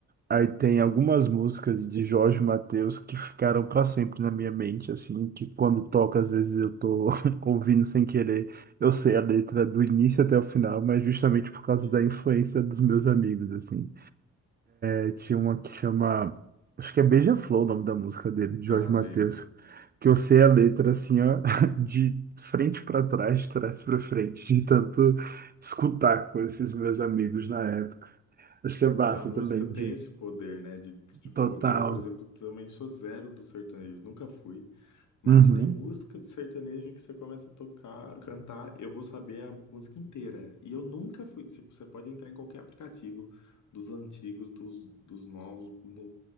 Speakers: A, on the right; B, on the left.
A: Aí tem algumas músicas de Jorge Mateus que ficaram para sempre na minha mente, assim, que quando toca, às vezes eu tô <laughs> ouvindo sem querer, eu sei a letra do início até o final, mas justamente por causa
B: sim.
A: da influência dos meus amigos, assim. Aí tinha uma que chama. Acho que é Beija-Flor o nome da música dele, de
B: Ah,
A: Jorge Mateus.
B: lembro.
A: Que eu sei a letra assim, ó, <laughs> de frente para trás, de trás para frente, de tanto escutar com esses meus amigos na época. Acho que é massa
B: E a música
A: também,
B: tem
A: de
B: esse poder, né? De, tipo,
A: total.
B: eu, por exemplo, também sou zero do sertanejo, nunca fui. Mas
A: Uhum.
B: tem música de sertanejo que você começa a tocar, cantar, eu vou saber a música inteira. E eu nunca fui, tipo, você pode entrar em qualquer aplicativo dos antigos, dos, dos novos, no,